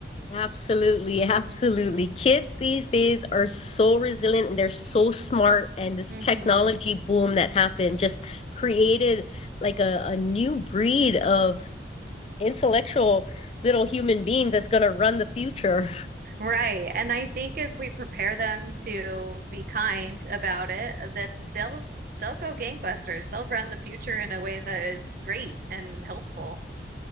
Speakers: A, on the left; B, on the right.
A: Absolutely, <laughs> absolutely. Kids these days are so resilient and they're so smart. And this
B: hmm
A: technology boom that happened just created like a, a new breed of intellectual little human beings that's going to run the future. <laughs>
B: Right. And I think if we prepare them to be kind about it, uh, that they'll they'll go gangbusters. They'll run the future in a way that is great and helpful.